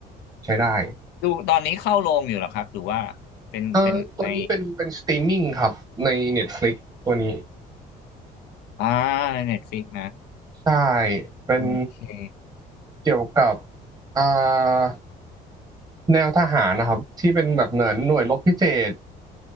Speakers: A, on the right; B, on the left.
A: ใช้ได้
B: ดูตอนนี้เข้าโรงอยู่เหรอครับหรือว่าเป็นเป็นใน
A: เอ่อตัวนี้เป็นเป็นสตรีมมิ่งครับใน Netflix ตัวนี้
B: อ่าในเน็ตฟลิกนะ
A: ใช่เป็น
B: โอเค
A: เกี่ยวกับอ่าแนวทหารนะครับที่เป็นแบบเหมือนหน่วยรบพิเศษ